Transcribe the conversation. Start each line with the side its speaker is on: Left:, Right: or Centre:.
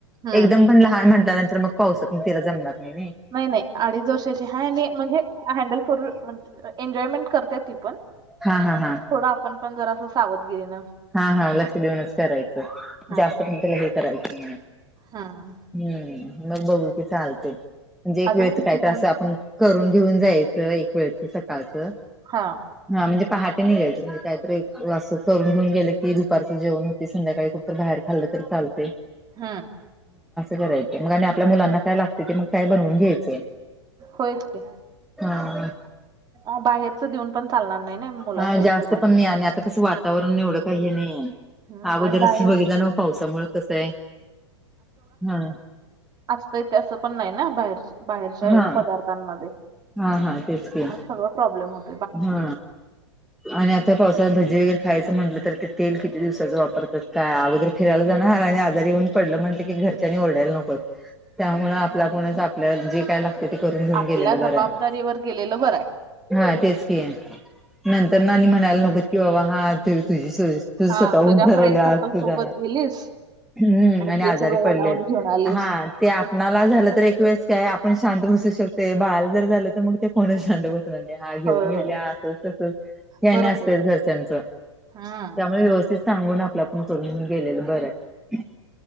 Right: हम्म
Centre: एकदम ण लहान म्हटल्यानंतर मग पाऊसात तिला जमनात नाही.
Right: नाही नाही अडीच वर्षाची हा आणि म्हणजे हॅडल करू. एन्जॉयमेंट करता ती पण
Centre: हा हा हा.
Right: थोडं आपण पण जरा असं सावधगिरीन
Centre: हा हा लक्ष देऊनच करायचं
Right: हम्म
Centre: जास्त पण त्याला हे करायचं नाही.
Right: हम्म
Centre: हम्म मग बघू की चालते म्हणजे एक
Right: अजून
Centre: वेळच
Right: किती
Centre: काही तास
Right: जण
Centre: आपण करून घेऊन जायचं एक वेळच सकाळचं.
Right: हा.
Centre: हा म्हणजे पाहते नाही घ्यायचे म्हणजे कायतरी असं करून घेऊन गेलं की दुपारचं जेवण होती संध्याकाळी खूप बाहेर खाल्लं तर चालते्.
Right: हम्म
Centre: कराय मग आणि आपल्या मुलांना काय लागते ते मग काय बनवून घ्यायचं.
Right: होयच की
Centre: हा
Right: अ बाहेरच देऊन पण चालणार नाही ना मुलांच्या
Centre: हा जास्त
Right: हिशोबानं
Centre: पण नाही आणि आता कसं वातावरण एवढं काही नाही
Right: हम्म
Centre: अगोदरच
Right: आणि बाहेर
Centre: बघितला ना पावसामुळे कस आहे हा
Right: असतं इथ असं पण नाही ना बाहेर बाहेरच्या
Centre: हा
Right: हे पदार्थांमध्ये
Centre: हा हा तेच की
Right: म्हणून सगळ प्रॉब्लेम होत
Centre: हा आणि आता पावसात भजी वगैरे खायचं म्हटलं तर ते तेल किती दिवसाच वापरतात काय अगोदर फिरायला जाणार ह आणि आजारी येऊन पडलं म्हटलं की घरच्यां ओरडायला नकोत त्यामुळ आपला पणच आपल्या जे काय लागते ते करून घेऊन
Right: आपल्या
Centre: गेलेलं बरं
Right: जबाबदारीवर
Centre: आहे
Right: गेलेलं बरं
Centre: हा तेच की आहे नंतर ना म्हणायला नको कि बाबा हा तुझी तुझ
Right: हा
Centre: स्वतःहऊन
Right: तुझ्या
Centre: ठरवल्या
Right: फ्रेंड सर्कल
Centre: तु
Right: सोबत
Centre: जाणार
Right: गेलीस
Centre: हम्म आणि
Right: ते
Centre: आजारी
Right: सगळं ओढावून
Centre: पडले आहेत
Right: घेऊन आलीस
Centre: हा ते आपणाला झालं तर एक वेळेस काय आपण शांत बसू शकते बाळा जर झालं तर मग ते कोणा शांत बसणार नाही हा घेऊन
Right: होय
Centre: गेल्या
Right: होय
Centre: असं तसं हे
Right: बरोबर
Centre: आणि असते घरच्यांच त्यामुळे
Right: आहे हम्म
Centre: व्यवस्थित सांगून आपलं आपुन करून घेऊन गेलेल बर आहे